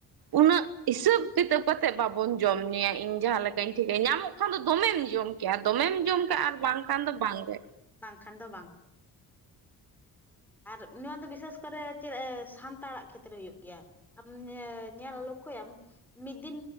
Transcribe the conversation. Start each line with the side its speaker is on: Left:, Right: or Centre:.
Right: ᱩᱱᱟᱹᱜ ᱦᱤᱥᱟᱹᱵ ᱠᱤᱛᱟᱹᱵ ᱠᱟᱛᱮᱜ ᱵᱟᱵᱚᱱ ᱡᱚᱢ ᱧᱩᱭᱟ ᱤᱧ ᱡᱟᱦᱟᱸ ᱞᱮᱠᱟᱧ ᱴᱷᱤᱠᱟᱹ ᱧᱟᱢᱚᱜ ᱠᱷᱟᱱ ᱫᱚ ᱫᱚᱢᱮᱢ ᱡᱚᱢ ᱠᱮᱜᱼᱟ ᱫᱚᱢᱮᱢ ᱡᱚᱢ ᱠᱮᱜᱼᱟ ᱟᱨ ᱵᱟᱝᱠᱷᱟᱱ ᱫᱚ ᱵᱟᱝᱜᱮ
Centre: ᱠᱷᱟᱱ ᱫᱚ ᱵᱟᱝ ᱟᱨ ᱱᱚᱣᱟ ᱫᱚ ᱵᱤᱥᱮᱥ ᱠᱚᱨᱮ ᱪᱮᱫ ᱥᱟᱱᱛᱟᱲᱟᱜ ᱠᱷᱮᱛᱨᱮ ᱦᱩᱭᱩᱜ ᱜᱮᱭᱟ ᱟᱢ ᱧᱮ ᱧᱮᱞ ᱞᱚᱠᱠᱷᱚᱭᱟᱢ ᱢᱤᱫ ᱫᱤᱱ